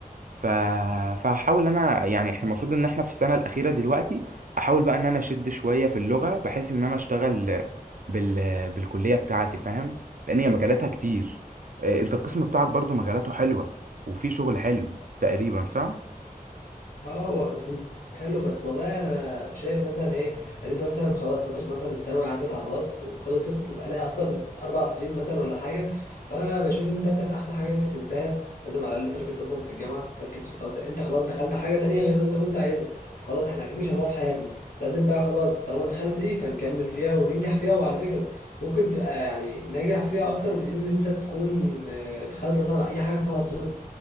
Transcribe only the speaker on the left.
اه هو قسم حلو بس والله انا شايف مثلا ايه ان انت مثلا خلاص فتره مثلا الثانوي عدت على خلاص وخلصت وبقالها اصلا اربع سنين مثلا ولا حاجه فانا بشوف ان انت مثلا احسن حاجه إن انت تنساها لازم على الاقل تركز اصلا في الجامعه تركز في خلاص انت خلاص دخلت حاجه تانية غير اللي انت كنت عايزها فخلاص احنا اكيد مش هنوقف حياتنا لازم بقى خلاص طالما دخلت دي فنكمل فيها وننجح فيها وعلى فكره ممكن تبقى يعني ناجح فيها اكتر من ان انت تكون آه، دخلت مثلا اي حاجه فيها طب